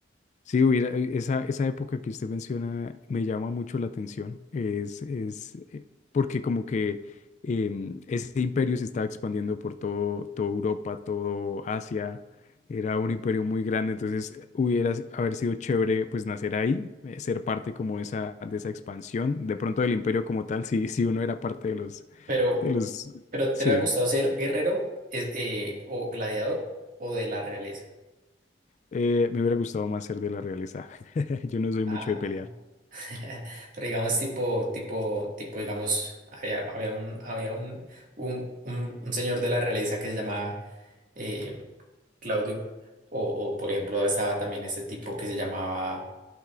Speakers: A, on the left (about 40°); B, on the right (about 50°).
A: Sí, hubiera, eh, esa, esa época que usted menciona me llama mucho la atención. Es, es eh, porque como que em, ese imperio se estaba expandiendo por todo, toda Europa, todo Asia. Era un imperio muy grande, entonces hubiera s- haber sido chévere pues nacer ahí, eh, ser parte como de esa, de esa expansión. De pronto del imperio como tal, si, si uno era parte de los,
B: Pero,
A: de los,
B: pero
A: sí,
B: ¿te ha gustado ser guerrero es- eh, o gladiador o de la realeza?
A: eh, me hubiera gustado más ser de la realeza. <laughs> Yo no soy
B: Ah,
A: mucho de pelear.
B: <laughs> pero digamos tipo, tipo, tipo, digamos, había, había un, había un, un, un, un señor de la realeza que se llamaba eh, Claudio, o, o, por ejemplo estaba también este tipo que se llamaba